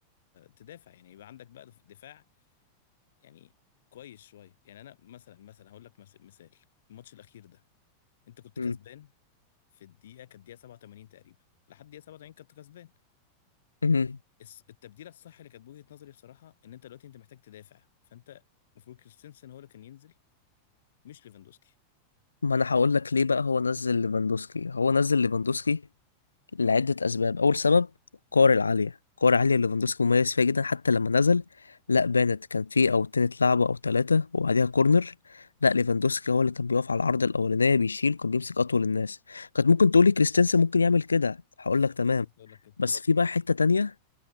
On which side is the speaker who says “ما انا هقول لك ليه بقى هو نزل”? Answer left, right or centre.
Left